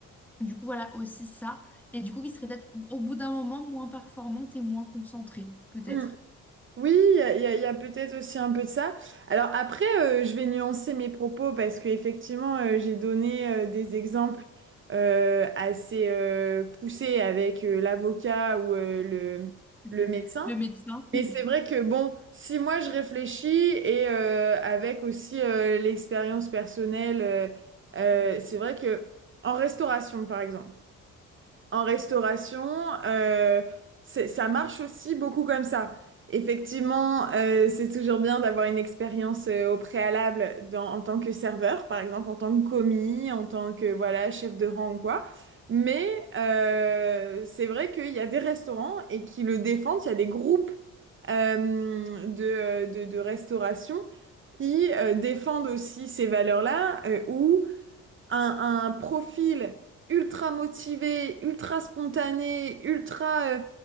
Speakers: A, in the centre; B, on the right.
A: du coup, voilà aussi ça. Et du coup, qui serait peut-être au bout d'un moment moins performante et moins concentrée, peut-être.
B: Mm. Oui, il y a, il y a- il y a peut-être aussi un peu de ça. Alors après, euh, je vais nuancer mes propos parce que effectivement, euh, j'ai donné euh, des exemples euh, assez euh, poussés avec euh, l'avocat ou euh, le,
A: <laughs>
B: le médecin.
A: Le médecin.
B: Mais
A: Mm,
B: c'est vrai que bon, si moi je réfléchis et euh, avec aussi euh, l'expérience personnelle, euh, euh, c'est vrai que en restauration, par exemple en restauration, euh, c'est- ça marche aussi beaucoup comme ça. Effectivement, euh, c'est toujours bien d'avoir une expérience euh, au préalable dans, en tant que serveur, par exemple en tant que commis, en tant que voilà chef de rang ou quoi. Mais euh, c'est vrai qu'il y a des restaurants et qui le défendent. Il y a des groupes euh, de, euh, de, de restauration qui euh, défendent aussi ces valeurs-là, euh, où un, un profil ultra motivé, ultra spontané, ultra euh,